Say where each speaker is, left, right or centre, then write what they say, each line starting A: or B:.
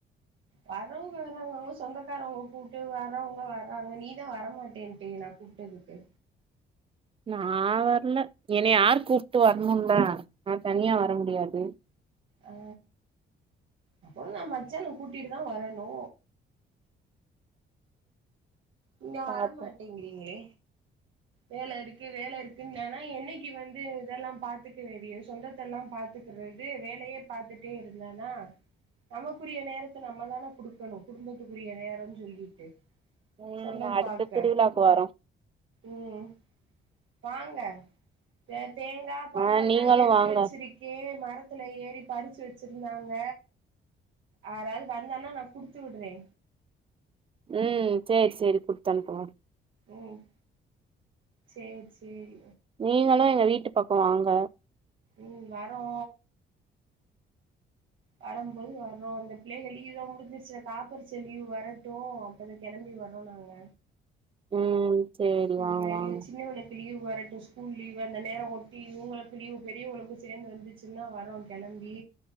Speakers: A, on the right (about 75°); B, on the right (about 25°).
A: வர்றவங்க வறாங்க அவுங்க சொந்தக்காரவங்க கூட்டு வர்றவங்க வர்றாங்க நீதா வரமாட்டேன்டியே நா கூப்டதுக்கு
B: நா வர்ல என்னிய யார் கூப்ட்டு வர்ணுன் அ நா தனியா வர முடியாது
A: ஆ அப்பறோ நா மச்சான கூட்டிட்டு தா வரணு இங்க வர
B: பாப்போ
A: மாட்டிங்கிறீங்களே வேல இடுக்கு வேல இருக்குன்னனா என்னைக்கி வந்து இதெல்லா பாத்துக் எதியு சொந்தத்த எல்லாம் பாத்துக்றது வேலயே பாத்துட்டே இருந்தானா நமக்குரிய நேரத்த நம்மதான குடுக்கணு குடும்பத்துக்குரிய நேரன் சொல்லிட்டு
B: ம்
A: சொந்தம்
B: அடுத்த
A: பாக்க
B: திருவிழாக்கு வறோ
A: ம் வாங்க சேரி தேங்கா பழ
B: ஆ
A: எல்லா
B: நீங்களு
A: எடுத்து
B: வாங்க
A: வெச்சிருக்கே மர த்துல ஏறி பறிச்சு வெச்சிருந்தாங்க ஆராது வந்தன்னா நா குடுத்து விடுறே
B: ம் சேரி சேரி குடுத்தனுப்புங்க
A: ம் சேரி சேரி
B: நீங்களு எங்க வீட்டு பக்க வாங்க
A: ம் வரோ வரம்போது வர்றோ இந்த பிள்ளைக லீவு தா முடிஞ்சிருச்சே காப்பரிச்ச லீவு வரட்டு அப்பத கிளம்பி வர்றோ நாங்க
B: ம் சேரி
A: அ
B: வாங்க வாங்க
A: சின்னவனுக்கு லீவ் வரட்டு ஸ்கூல் லீவு அந்த நேர ஒட்டி இவங்களுக்கு லீவ் பெரியவங்களுக்கு சேந்து வந்துச்சுன்னா வர்றோ கெளம்பி